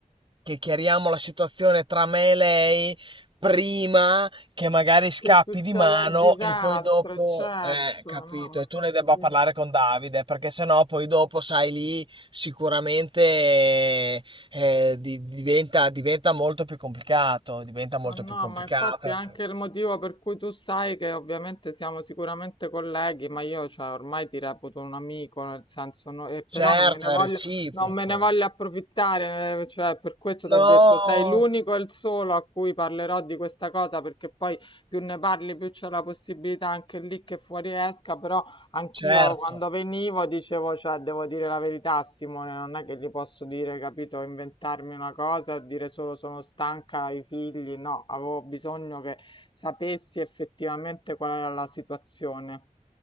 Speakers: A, on the right; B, on the left.
A: che chiariamo la situazione tra me e lei prima che magari scappi
B: Che succede
A: di mano
B: il disastro,
A: e poi dopo,
B: certo,
A: eh, capito,
B: no, mi hai
A: e tu
B: fatto
A: ne debba
B: bene.
A: parlare con Davide, perché sennò poi dopo, sai, lì sicuramente eh, di- diventa, diventa molto più complicato, diventa molto
B: Ma no,
A: più complicato.
B: ma infatti è anche il motivo per cui tu sai che ovviamente siamo sicuramente colleghi, ma io cioè, ormai ti reputo un amico, nel senso, no- e però
A: Certo,
B: non me ne voglio,
A: è reciproco.
B: non me ne voglio approfittare, eh, cioè, per questo ti
A: No,
B: ho detto, sei l'unico e il solo a cui parlerò di questa cosa, perché poi più ne parli, più c'è la possibilità anche lì che fuori esca, però Anch'io
A: certo.
B: quando venivo dicevo, cioè, devo dire la verità a Simone, non è che gli posso dire, capito, inventarmi una cosa e dire solo sono stanca ai figli, no, avevo bisogno che sapessi effettivamente qual era la situazione.